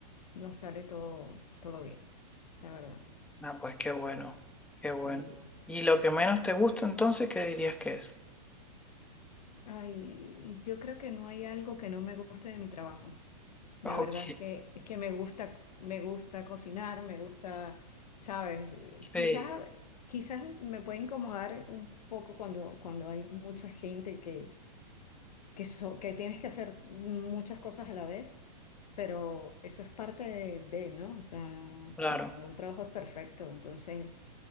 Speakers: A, on the left; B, in the centre.
A: nos sale todo, todo bien, la verdad.
B: Ah, pues qué bueno, qué
A: Sí.
B: bueno. ¿Y lo que menos te gusta entonces, qué dirías que es?
A: Ay, yo creo que no hay algo que no me guste de mi trabajo. La
B: Ok,
A: verdad es que, es que me gusta, me gusta cocinar, me gusta, ¿sabes? Quizás
B: sí,
A: Quizás me puede incomodar un poco cuando, cuando hay mucha gente que, que, so- que tienes que hacer muchas cosas a la vez, pero eso es parte de, de, ¿no? O sea,
B: claro,
A: ningún trabajo es perfecto, entonces